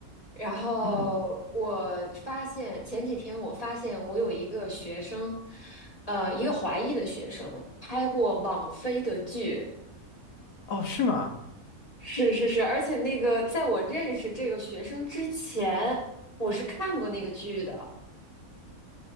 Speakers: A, on the left; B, on the left.
A: 然后我发现前几天我发现我有一个学生，
B: 嗯，
A: 呃，一个华裔的学生拍过网飞的剧，
B: 哦，是吗？
A: 是是是，而且那个在我认识这个学生之前，我是看过那个剧的。